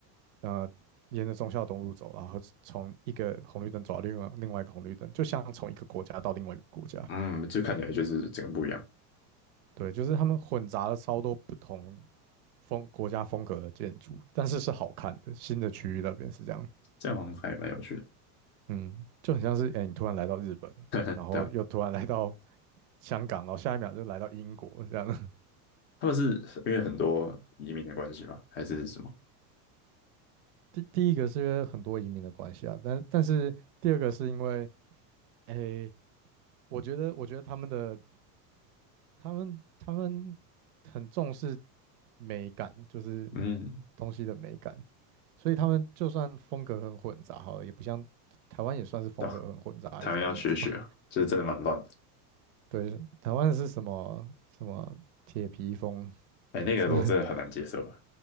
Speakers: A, on the right (about 70°); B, on the left (about 25°).
A: 呃，沿着忠孝东路走，然后从一个红绿灯走到另外另外一个红绿灯，就像从一个国家到另外一个国家。
B: 嗯，就看起来就是整个不一样，
A: 对，就是他们混杂了超多不同风国家风格的建筑，但是是好看的。新的区域那边是这样，
B: 这样好像还蛮有趣的。
A: 嗯，就很像是哎、诶你突然来到日本，
B: <laughs> 对啊，
A: 然后又突然来到香港，然后下一秒就来到英国这样。<laughs>
B: 他们是因为很多移民的关系吧，还是什么？
A: 第第一个是因为很多移民的关系啊，但但是第二个是因为哎、诶我觉得，我觉得他们的他们他们很重视美感，就是
B: 嗯，
A: 东西的美感，所以他们就算风格很混杂，好了，也不像台湾也算是风格很混杂的一种例子嘛。
B: 对啊台湾要学学，就是真的蛮乱的。
A: 对，台湾是什么什么铁皮风，
B: 哎，那个我真的很难接受啊，
A: 什么 <laughs>